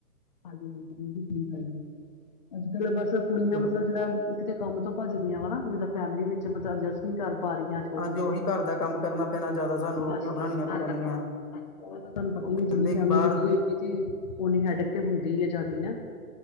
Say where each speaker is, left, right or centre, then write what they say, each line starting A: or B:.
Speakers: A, on the left; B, on the left.
A: ਹਾਂਜੀ-ਹਾਂਜੀ ਬਿਲਕੁਲ ਸਹੀ ਗੱਲ, ਅੱਜ-ਕਲ ਬਸ ਕੁੜੀਆਂ
B: ਬਿਲਕੁਲ
A: ਮਤਲਬ ਜੇੜਾ ਕਿਤੇ ਕੰਮ ਤੋਂ ਭੱਜਦੀਆਂ ਵਾ ਨਾ, ਜਿੱਦਾਂ ਫੈਮਿਲੀ ਵਿੱਚ ਮਤੇ ਅਡਜਸਟ ਨੀ ਕਰ ਪਾ ਰਹੀਆਂ। ਅੱਜ ਕਲ
B: ਹਾਂਜੀ
A: ਕੁੜੀਆਂ
B: ਉਹੀ ਘਰ ਦਾ ਕੰਮ ਕਰਨਾ ਪੈਣਾ ਜ਼ਿਆਦਾ ਸਾਨੂੰ ਰੋਟੀਆਂ
A: ਬਸ-ਬਸ
B: ਬਣਾਉਣੀਆਂ
A: ਘਰ
B: ਪੈਣੀਆਂ
A: ਦਾ ਕੰਮ ਬਸ ਬੋਤ ਤੁਹਾਨੂੰ ਪਤਾ
B: ਉਹ ਕਹਿੰਦੇ
A: ਈ ਐ, ਜਿੰਨੀ ਫੈਮਿਲੀ
B: ਕਿ ਬਾਹਰ
A: ਵੱਡੀ ਹੋਈ ਇਤੀ ਓਨੀ ਹੈਡਕ ਤੇ ਹੁੰਦੀ ਏ ਜਿਆਦੀ ਨਾ।